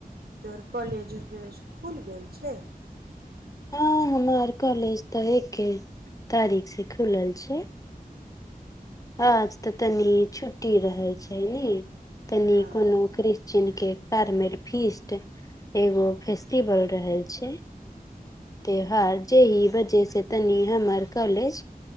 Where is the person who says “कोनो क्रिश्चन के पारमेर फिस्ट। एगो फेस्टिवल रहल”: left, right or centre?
Left